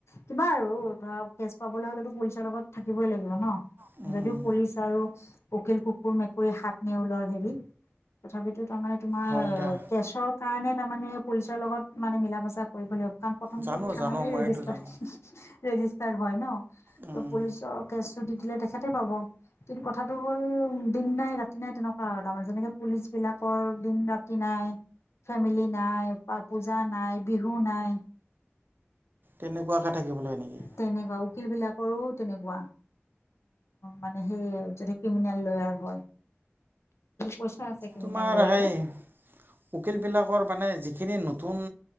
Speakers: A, on the left (about 75°); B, on the right (about 50°).
A: কিবা আৰু, ধৰ কেচ পাবলৈ হলেতো পুলিচৰ লগত থাকিবই লাগিব ন
B: উম।
A: যদিও পুলিচ আৰু উকিল কুকুৰ মেকুৰী সাপ নেউলৰ হেৰি তথাপিতো আমাৰ তোমাৰ
B: হয় দিয়া।
A: কেছত কাৰণে তাৰ মানে পুলিচৰ লগত মানে মিলা মেচা কৰিব লাগে হক, কাৰণ প্ৰথমটো
B: জানো
A: থানালৈ
B: জানো মই
A: ৰেজিষ্টাৰ
B: সেইটো জানো
A: ৰেজিষ্টাৰ্ড হয় ন
B: উম।
A: ত' পুলিচৰ কেচো দি দিলে তেখেতে পাব। কিন্তু কথাটো হ'ল দিন নাই ৰাতি নাই তেনেকুৱা আৰু তাৰমানে যেনেকে পুলিচ বিলাকৰ দিন ৰাতি নাই। ফেমিলি নাই বা পূজা নাই বিহু নাই।
B: তেনেকুৱাকে থাকিব লাগ নেকি
A: তেনেকুৱা উকিল বিলাকৰো তেনেকুৱা মানে সেই যদি ক্ৰিমিনেল লয়াৰ হয়। পইচা আছে ক্ৰিমিনেল
B: তোমাৰ
A: লয়াৰৰ
B: সেই উকিল বিলাকৰ মানে যিখিনি নতুন